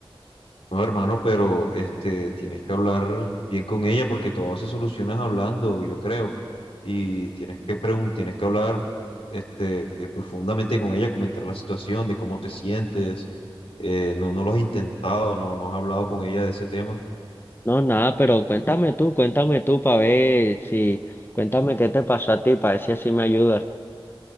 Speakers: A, on the left; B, on the left.
A: No, hermano, pero este, tienes que hablar bien con ella porque todo se soluciona es hablando, yo creo. Y tienes que pregun- tienes que hablar este, eh, profundamente con ella, comentar la situación, de cómo te sientes. Eh, no, no lo has intentado, no, no has hablado con ella de ese tema.
B: No, nada, pero cuéntame tú, cuéntame tú para ver si, cuéntame qué te pasó a ti para ver si así me ayudas.